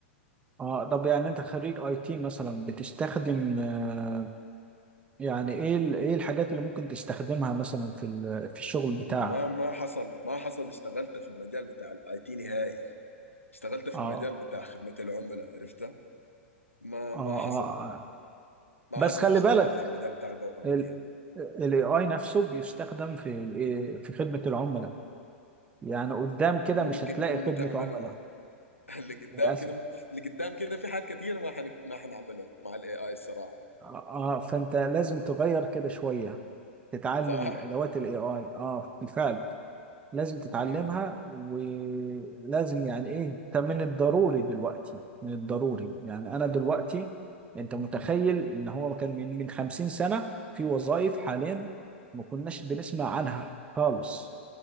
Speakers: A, on the right; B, on the left.
A: اه طب يعني انت خريج اي تي مثلا بتستخدم آه، يعني ايه ال- ايه الحاجات اللي ممكن تستخدمها مثلا في ال- في الشغل بتاعك؟
B: ما ما حصل ما حصل اشتغلت في المجال بتاع الاي تي نهائي اشتغلت في
A: اه
B: المجال بتاع خدمة العملاء عرفتها ما
A: اه
B: ما
A: اه
B: حصل
A: آه.
B: ما
A: بس
B: حصل
A: خلي
B: اشتغلت
A: بالك
B: في المجال بتاع البرمجيات
A: ال الاي اي نفسه بيستخدم في ال- في خدمة العملاء يعني قدام كده
B: ممكن
A: مش هتلاقي
B: انه
A: خدمة
B: تعمله
A: عملاء
B: <laughs> اللي قدام
A: للأسف
B: كده اللي قدام كده في حاجات كتير ما حن... ما حنعملها مع الاي اي الصراحه
A: اه آه، فانت لازم تغير كده شوية تتعلم
B: صح
A: الادوات الاي اي اه بالفعل لازم تتعلمها
B: امم
A: ولازم يعني ايه ده من الضروري دلوقتي من الضروري يعني انا دلوقتي انت متخيل ان هو كان من من 50 سنة في وظائف حاليا ما كناش بنسمع عنها خالص